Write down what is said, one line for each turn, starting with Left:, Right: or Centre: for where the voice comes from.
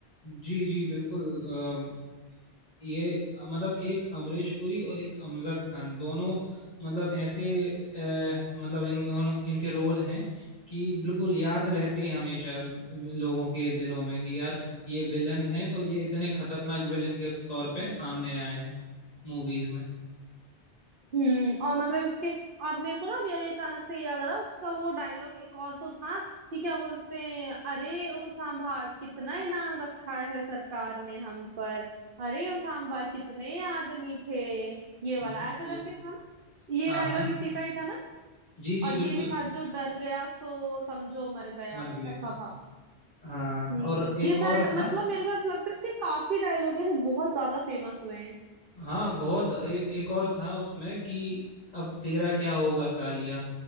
Left: जी जी बिल्कुल अ, ये अ, मतलब एक अमरीश पुरी और एक अमजद खान दोनों मतलब ऐसे अ, मतलब इन दोनों इनके रोल हैं कि बिल्कुल याद रहते हैं हमेशा लोगों के दिलों में कि यार ये विलन है तो ये इतने खतरनाक विलन के तौर पे सामने आए हैं मूवीज में
Right: हम्म और मतलब इसके आप मेरे को ना अभी अभी अचानक से याद आ रहा उसका वो डायलॉग एक और तो था कि क्या बोलते हैं अरे ओ सांभा कितना इनाम रखा है सरकार ने हम पर अरे ओ सांभा कितने आदमी थे ये
Left: बिल्कुल
Right: वाला ऐसा करके था ना ये
Left: हाँ
Right: डायलॉग
Left: हाँ
Right: इसी का ही था ना
Left: जी जी
Right: और
Left: बिल्कुल
Right: ये भी था जो डर गया सो समझो मर गया
Left: मर गया
Right: ऐसा
Left: है
Right: था
Left: हाँ
Right: हम्म
Left: और
Right: ये
Left: एक
Right: सारे
Left: और
Right: ड-
Left: था
Right: मतलब मेरे को ऐसा लगता है इसके काफी डायलॉग है जो बहुत ज्यादा फेमस हुए हैं
Left: हाँ बहुत ए, एक और था उसमें कि अब तेरा क्या होगा कालिया